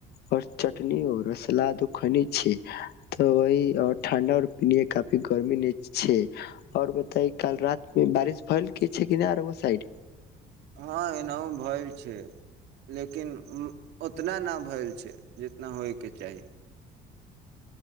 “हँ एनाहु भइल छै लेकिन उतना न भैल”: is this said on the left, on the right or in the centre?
Right